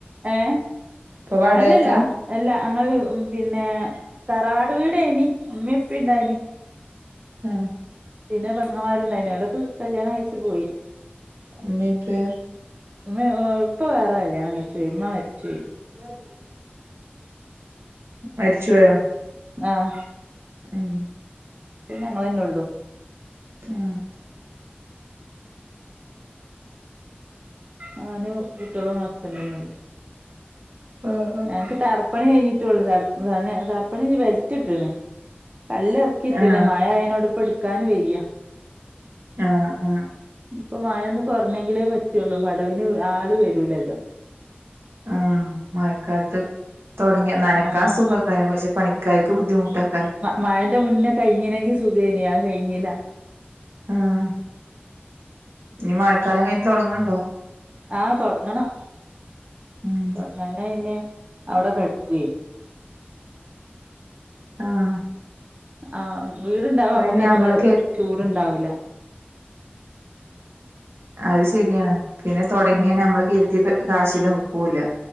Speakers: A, on the right (about 35°); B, on the right (about 80°).
A: ഏഹ്
B: ഇപ്പൊ വാടകക്കാ
A: അല്ലല്ല. അല്ല ഞങ്ങള് പിന്നെ തറവാട് വീടെയിന് ഉമ്മിം ഉപ്പിം ഇണ്ടായിന്.
B: ഉം.
A: പിന്നെ പെങ്ങമാര് ഉണ്ടായ്നി ഒലൊക്കെ കല്യാണം കയ്ച്ചു പോയി.
B: ഇമ്മീ ഇപ്പയോ?
A: ഉമ്മ ഇപ്പ വേറെ കല്യാണം കഴിച്ച് പോയി ഇമ്മ മരിച്ചു പോയി.
B: <unintelligible> മരിച്ച് പോയോ?
A: ആഹ്.
B: ഉം
A: ഇപ്പം പിന്നെ ഞങ്ങള്ന്നെ ഒള്ളൂ.
B: ആഹ്.
A: ഞാനും കുട്ടേളും ഹസ്ബൻഡ് തന്നെ ഒള്ളൂ
B: ആഹ്.
A: ഞങ്ങക്ക് തറപ്പണി കഴിഞ്ഞിട്ടുള്ളൂ തറ തന്നെ തറപ്പണി കഴിഞ് ബെൽറ്റ് ഇട്ട്ണ് കല്ല് എറക്കി ഇട്ട്ണ്
B: ആഹ്
A: മയ ആയ്നോട് ഇപ്പം ഇട്ക്കാനും വെയ്യ.
B: ആഹ് ആഹ്.
A: ഇനിപ്പൊ മയൊന്ന് കൊറഞ്ഞെങ്കിലേ പറ്റൊള്ളൂ പടവിന് ആള് വരൂലല്ലോ.
B: ആഹ് മയക്കാലത്ത്. തൊടങ്ങിയ നനക്കാൻ
A: ആഹ്
B: സുഖക്കാരം പക്ഷെ പണിക്കാര്ക്ക് ബുദ്ധിമുട്ട് ഏയ്ക്കാരം
A: മയന്റെ മുന്നേ കഴഞ്ഞിന്നെങ്കി സുഖയ്നി അയ് കഴിഞ്ഞില.
B: ആഹ്. ഇനി മയക്കാലം കയിഞ്ട്ട് തൊടങ്ണ് ഇണ്ടോ?
A: ആഹ് തൊടങ്ങണം
B: ഉം
A: തൊടങ്ങഞ്ഞാ പിന്നെ അവടെ കെട്ക്കയും
B: ആഹ്.
A: ആഹ് വീടുണ്ടാവ
B: ഇപ്പയ്ന്
A: അമ്മക്കത്ര
B: ഞമ്മള്
A: ചൂടുണ്ടാവില്ല.
B: അയ് ശരിയാണ് പിന്നെ തൊടങ്ങിയാ
A: ഉം
B: നമ്മള് കെരുതേപ്പ കാശീല് നിക്കൂല.